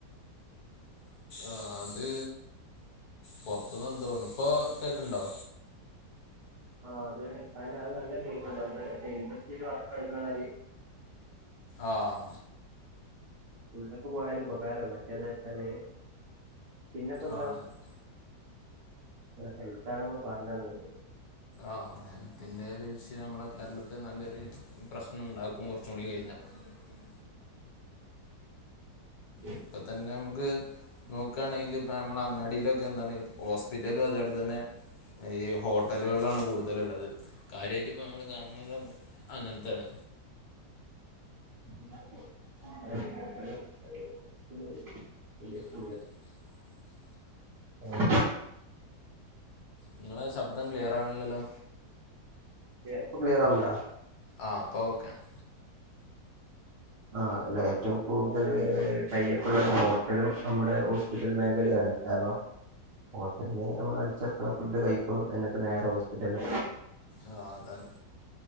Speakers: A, on the left (about 60°); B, on the right (about 70°).
A: ആഹ് അത് പുറത്ത്ന്ന് എന്തോ തോന്നുന്നു ഇപ്പോൾ കേൾക്കണ്ടോ
B: ആഹ് അത് അതിനത് അത് നല്ല കേൾക്കുന്നുണ്ട് ഇൻഡസ്ട്രിയിൽ വർക്ക് എടുക്കുന്നമാതിരി
A: ആഹ്
B: ഉള്ളുക്ക് പോയാല് ഉപകാരം മറ്റേതെച്ചാല് പിന്നെപ്പോ എന്താ
A: ആഹ് അത്
B: ഹെൽത്താണ് നമ്മൾ പറഞ്ഞ് വന്നത്
A: ആഹ് ഹെൽത്തിന്റെ ഒരു വിഷയം നമ്മുടെ കേരളത്തില് നല്ലൊരു പ്രശ്നം ഉണ്ടാക്കും കുറച്ച് കൂടി കഴിഞ്ഞാ ഉം
B: ഉം
A: ഇപ്പൊ തന്നെ നമുക്ക് നോക്കുകയാണെങ്കി ഇപ്പ നമ്മൾ അങ്ങാടിയിലൊക്കെ എന്താണ് ഹോസ്പിറ്റലും അത് പോലെ തന്നെ ഈ ഹോട്ടലുകളിലാണ് കൂടുതലുള്ളത് കാര്യയിട്ട് ഇപ്പ നമ്മൾ കാണണുന്നത് അങ്ങനത്താണ്
B: <unintelligible>
A: <inaudible>
B: ആഹ്
A: നിങ്ങള ശബ്ദം ക്ലിയർ ആവ്ണില്ലല്ലോ
B: ഇപ്പോൾ ക്ലിയറാവുണ്ടാ
A: ആഹ് ഇപ്പ ഓക്കെ ആണ്
B: ആഹ് അല്ല ഏറ്റവും കൂടുതൽ കയ്യപ്പുള്ള ഒരു ഹോട്ടലും നമ്മുടെ ഹോസ്പിറ്റൽ മേഖലയാണ് കാരണം ഹോട്ടലിന്ന് നമ്മൾ അടിച്ചർക്കണ ഫുഡ് കഴിക്കും എന്നിട്ട് നേരെ ഹോസ്പിറ്റല്
A: ആഹ് അതാണ്